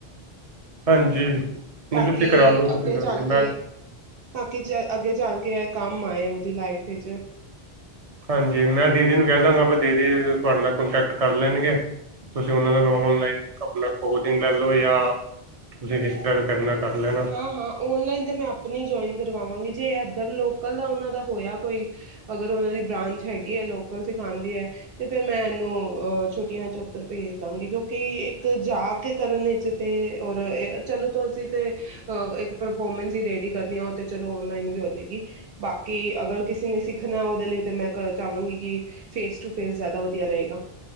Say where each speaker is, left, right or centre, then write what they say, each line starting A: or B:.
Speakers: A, on the right; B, on the right.
A: ਹਾਂਜੀ ਨਹੀਂ
B: ਤਾਂ
A: ਤੁਸੀਂ
B: ਕਿ
A: ਕਰਾ ਦੋ ਕੋਈ
B: ਅੱਗੇ
A: ਗੱਲ
B: ਚੱਲ
A: ਨਹੀਂ ਮੈਂ
B: ਕੇ ਤਾਂਕੇ ਅੱਗੇ ਚੱਲ ਕਿ ਇਹ ਕੰਮ ਆਏ ਉਹਦੀ ਲਾਈਫ ਵਿੱਚ
A: ਹਾਂਜੀ ਮੈਂ ਦੀਦੀ ਨੂੰ ਕਹਿ ਦਾਂਗਾ ਦੀਦੀ ਤੁਹਾਡੇ ਨਾਲ ਕੋਂਟੈਕਟ ਕਰ ਲੈਣਗੇ ਤੁਸੀਂ ਉਹਨਾਂ ਨਾਲ ਔਨਲਾਈਨ ਆਪਣਾ ਕੋਚਿੰਗ ਲੈ ਲਓ ਜਾਂ ਤੁਸੀਂ ਜਿਸ ਤਰ੍ਹਾਂ ਵੀ ਕਰਨਾ ਕਰ ਲੈਣਾ
B: ਹਾਂ ਹਾਂ ਓਨਲਾਈਨ ਤੇ ਮੈਂ ਆਪਣੀ ਜੁਆਇਨ ਕਰ ਕਰਵਾਵਾਂਗੇ ਜੇ ਇੱਧਰ ਲੋਕ ਕੱਲਾ ਉਹਨਾਂ ਦਾ ਹੋਇਆ ਕੋਈ ਅਗਰ ਉਹਨਾਂ ਦੀ ਬ੍ਰਾਂਚ ਹੈਗੀ ਹੈ ਲੋਕਲ ਸਿਖਾਉਦੀ ਹੈ ਤਾਂ ਫਿਰ ਮੈਂ ਇਹਨੂੰ ਛੁੱਟੀਆਂ 'ਚ ਉੱਧਰ ਭੇਜ ਦਾਂਗੀ ਕਿਉਂਕਿ ਇੱਕ ਜਾ ਕੇ ਕਰਨ ਵਿੱਚ ਤੇ ਔਰ ਇਹ ਚਲੋ ਤੁਸੀਂ ਤੇ ਅ ਇੱਕ ਪਰਫੋਰਮੈਂਸ ਹੀ ਰੇਡੀ ਕਰਨੀ ਆ ਉਹ ਤੇ ਚਲੋ ਓਨਲਾਈਨ ਵੀ ਹੋ ਜਾਏਗੀ ਬਾਕੀ ਅਗਰ ਕਿਸੇ ਨੇ ਸਿੱਖਣੇ ਉਹ ਦੇ ਲਈ ਤੇ ਮੈਂ ਚਾਹਵਾਂਗੀ ਕਿ ਫੇਸ ਟੂ ਫੇਸ ਜਿਆਦਾ ਵਧੀਆ ਰਹੇਗਾ